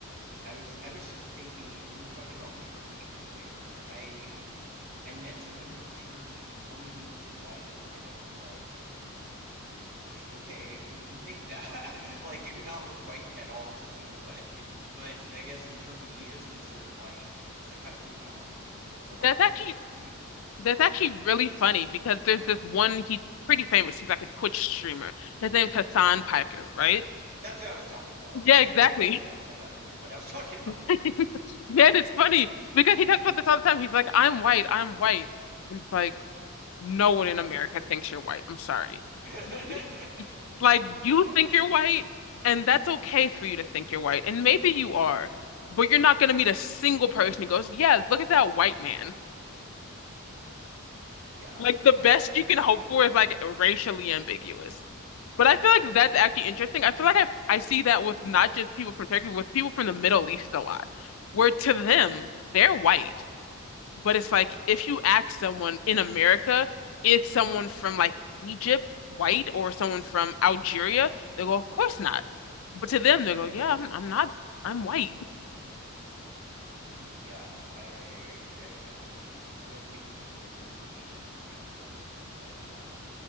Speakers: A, on the right; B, on the left.
A: I was I was just thinking we were talking about Turkey earlier. I I met someone from Turkey who told me he was white, and I was like, I mean, okay, you can think that. <laughs> Like you do not look white at all to me, but it, but I guess in Turkey he is considered white. That kind of blew my mind a little bit. Are there white
B: That's
A: people
B: actually
A: in Turkey?
B: that's actually really funny because there's this one he's pretty famous. He's like a Twitch streamer. His name's Hassan Piker, right?
A: That's who I was talking about.
B: Yeah,
A: I was
B: exactly.
A: making it up like I was talking about a friend, but I was <laughs> talking about him.
B: <laughs> Yeah, and it's funny because he talks about this all the time. He's like, I'm white, I'm white. And it's like, No one in America thinks you're white. I'm sorry.
A: <laughs>
B: You like
A: <laughs>
B: you
A: Yeah.
B: think you're white, and that's okay for you to think you're white. And maybe you are, but you're not gonna meet a single person who goes, Yeah, look at that white man.
A: Yeah.
B: Like the best
A: Um,
B: you can hope for is like racially ambiguous. But I feel like that's actually interesting. I feel like I I see that with not just people from Turkey, with people from the Middle East a lot, where to them, they're white. But it's like if you ask someone in America, if someone from like Egypt white or someone from Algeria, they go, of course not. But to them, they go, yeah, I'm, I'm not, I'm white.
A: Hmm, yeah, I, I I would I wouldn't think of people as, from Egypt as being white, but uh,